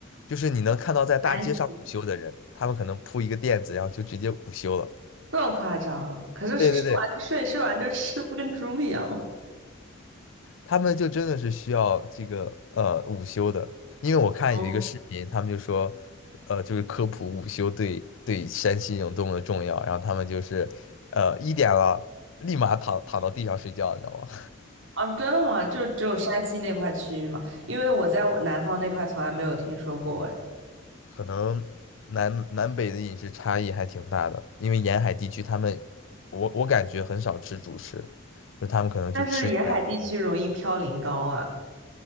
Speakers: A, on the left (about 65°); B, on the right (about 65°).
A: 就是你能看到在大街上午休的人，
B: 安息。
A: 他们可能铺一个垫子，然后就直接午休了。
B: 这么夸张？可是吃完就睡，
A: 对对对，
B: 睡完就吃，不跟猪一样吗？
A: 他们就真的是需要这个呃午休的，因为我看有一个视频，
B: 哦。
A: 他们就说，呃，就是科普午休对对山西人有多么的重要，然后他们就是，呃，一点了，立马躺躺到地上睡觉，你知道吗？
B: 啊，真的吗？就只有山西那块区域吗？因为我在我南方那块从来没有听说过哎。
A: <laughs> 可能南南北的饮食差异还挺大的，因为沿海地区他们，我我感觉很少吃主食，就他们可能就吃甜的，
B: 但是沿海地区容易嘌呤高啊，